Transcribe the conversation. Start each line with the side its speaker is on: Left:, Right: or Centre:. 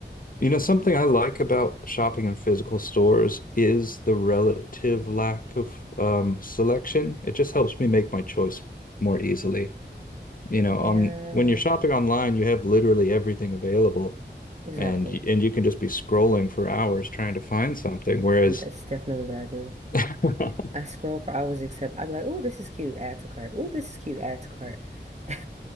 Left: You know, something I like about shopping in physical stores is the relative lack of um, selection. It just helps me make my choice more easily. You know,
Right: Yeah,
Left: on when you're shopping online, you have literally everything available,
Right: exactly.
Left: and y- and you can just be scrolling for hours trying to find something. Whereas,
Right: And that's definitely what I do.
Left: <laughs>
Right: I scroll for hours except I'd be like, oh, this is cute, add to cart. Oh, this is cute, add to cart. <laughs>